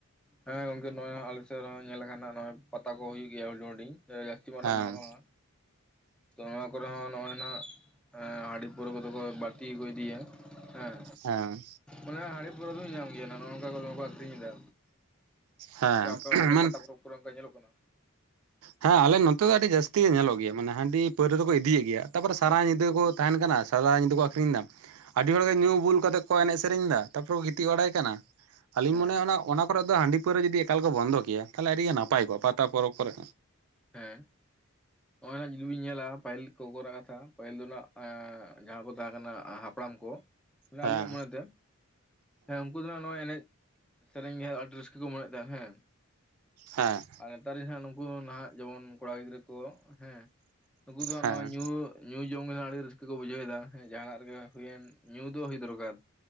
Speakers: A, in the centre; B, on the right (about 80°).
A: ᱦᱮᱸ ᱜᱚᱝᱠᱮ ᱱᱚᱜ-ᱚᱭ ᱟᱞᱮᱥᱮᱫ ᱨᱮ ᱦᱚᱸ ᱧᱮᱞ ᱟᱠᱟᱱᱟ ᱱᱚᱜᱚᱭ ᱯᱟᱛᱟ ᱠᱚ ᱦᱩᱭᱩᱜ ᱜᱮᱭᱟ ᱦᱩᱰᱤᱧ ᱦᱩᱰᱤᱧ ᱡᱮᱢᱳᱱ
B: ᱦᱮᱸ
A: <inaudible> ᱵᱟᱝ-ᱟ ᱛᱚ ᱱᱚᱣᱟ ᱠᱚᱨᱮ ᱦᱚᱸ ᱱᱚᱜ-ᱚᱭ ᱱᱟᱦᱟᱜ ᱦᱟᱺᱰᱤ ᱯᱟᱹᱣᱨᱟᱹ ᱠᱚᱫᱚ ᱠᱚ ᱵᱟᱹᱲᱛᱤ ᱜᱮᱠᱚ ᱤᱫᱤᱭᱟ ᱦᱮᱸ
B: ᱦᱮᱸ
A: ᱚᱱᱟ ᱦᱟᱺᱰᱤ ᱯᱟᱹᱣᱨᱟᱹ ᱫᱚᱭ ᱧᱟᱢ ᱜᱮᱭᱟ ᱱᱚᱜ ᱱᱚᱝᱠᱟ ᱫᱚᱢᱮ ᱠᱚ ᱟᱠᱷᱨᱤᱧ ᱮᱫᱟ
B: ᱦᱮᱸ
A: ᱜᱟᱝᱠᱮ ᱟᱯᱮ ᱚᱱᱛᱮ ᱨᱮ
B: ᱢᱟᱱ
A: ᱯᱟᱛᱟ ᱯᱚᱨᱚᱵᱽ ᱠᱚᱨᱮ ᱚᱱᱠᱟ ᱧᱮᱞᱚᱜ ᱠᱟᱱᱟ
B: ᱦᱮᱸ ᱟᱞᱮ ᱱᱚᱛᱮ ᱫᱚ ᱟᱹᱰᱤ ᱡᱟᱹᱥᱛᱤ ᱜᱮ ᱧᱮᱞᱚᱜ ᱜᱮᱭᱟ ᱢᱟᱱᱮ ᱦᱟᱺᱰᱤ ᱯᱟᱹᱣᱨᱟᱹ ᱫᱚᱠᱚ ᱤᱫᱤᱭᱮᱫ ᱜᱮᱭᱟ᱾ ᱛᱟᱯᱚᱨᱮ ᱥᱟᱨᱟ
A: ᱟᱪᱪᱷᱟ
B: ᱧᱤᱫᱟᱹ ᱠᱚ ᱼᱼ ᱛᱟᱦᱮᱱ ᱠᱟᱱᱟ ᱥᱟᱨᱟ ᱧᱤᱫᱟᱹ ᱠᱚ ᱟᱠᱷᱨᱤᱧ ᱮᱫᱟ। ᱟᱹᱰᱤ ᱦᱚᱲᱜᱮ ᱧᱩ ᱵᱩᱞ ᱠᱟᱛᱮ ᱠᱚ ᱮᱱᱮᱡ ᱥᱮᱨᱮᱧ ᱫᱟ ᱛᱟᱯᱚᱨᱮ ᱠᱚ ᱜᱤᱛᱤᱡ ᱵᱟᱲᱟᱭ ᱠᱟᱱᱟ ᱟᱹᱞᱤᱧ
A: ᱦᱮᱸ
B: ᱢᱚᱱᱮᱭᱟ
A: ᱦᱮᱸ
B: ᱚᱱᱟ ᱠᱚᱨᱮ ᱫᱚ ᱦᱟᱺᱰᱤ ᱯᱟᱹᱣᱨᱟᱹ ᱡᱩᱫᱤ ᱮᱠᱟᱞ ᱠᱚ ᱵᱚᱱᱫᱚ ᱠᱮᱭᱟ ᱛᱟᱦᱚᱞᱮ ᱟᱹᱰᱤᱜᱮ ᱱᱟᱯᱟᱭ ᱠᱚᱜ-ᱟ ᱯᱟᱛᱟ ᱯᱚᱨᱚᱵᱽ ᱠᱚᱨᱮ ᱦᱚᱸ
A: ᱦᱮᱸ ᱱᱚᱜᱚᱭ ᱱᱟ ᱡᱩᱫᱤ ᱵᱤᱱ ᱧᱮᱞᱟ ᱯᱟᱹᱦᱤᱞ ᱠᱚ ᱠᱚᱨᱮᱱᱟᱜ ᱠᱟᱛᱷᱟ ᱯᱟᱹᱦᱤᱞ ᱫᱚ ᱦᱟᱸᱜ ᱡᱟᱦᱟᱸ ᱠᱚ ᱛᱟᱦᱮᱸ ᱠᱟᱱᱟ ᱦᱟᱯᱲᱟᱢ ᱠᱚ
B: ᱦᱮᱸ
A: ᱟᱞᱤᱧᱟᱜ ᱢᱚᱱᱮᱛᱮ ᱦᱮᱸ ᱩᱱᱠᱩ ᱫᱚᱦᱟᱜ ᱱᱚᱣᱟ ᱮᱱᱮᱡ ᱥᱮᱨᱮᱧ ᱜᱮ ᱟᱹᱰᱤ ᱨᱟᱹᱥᱠᱟᱹ ᱠᱚ ᱢᱚᱱᱮᱭᱮᱫ ᱛᱟᱦᱮᱸᱱ ᱦᱮᱸ
B: ᱦᱮᱸ
A: ᱟᱨ ᱱᱮᱛᱟᱨ ᱡᱟᱸᱦᱟ ᱱᱩᱠᱩ ᱱᱟᱦᱟᱜ ᱡᱮᱢᱚᱱ ᱠᱚᱲᱟ ᱜᱤᱫᱽᱨᱟᱹ ᱠᱚ ᱦᱮᱸ ᱱᱩᱠᱩ ᱫᱚ
B: ᱦᱮᱸ
A: ᱱᱚᱣᱟ ᱧᱩ ᱧᱩ ᱡᱚᱢ ᱜᱮᱦᱟᱜ ᱟᱹᱰᱤ ᱨᱟᱹᱥᱠᱟᱹ ᱠᱚ ᱵᱩᱡᱷᱟᱹᱣ ᱮᱫᱟ ᱡᱟᱦᱱᱟᱜ ᱨᱮᱜᱮ ᱦᱩᱭᱮᱱ ᱧᱩ ᱫᱚ ᱦᱩᱭ ᱫᱚᱨᱠᱟᱨ